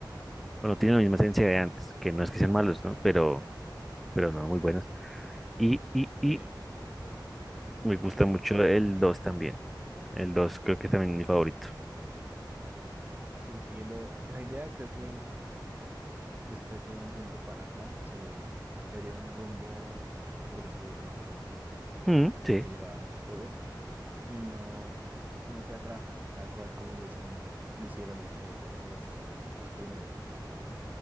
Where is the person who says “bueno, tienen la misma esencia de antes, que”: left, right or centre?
Centre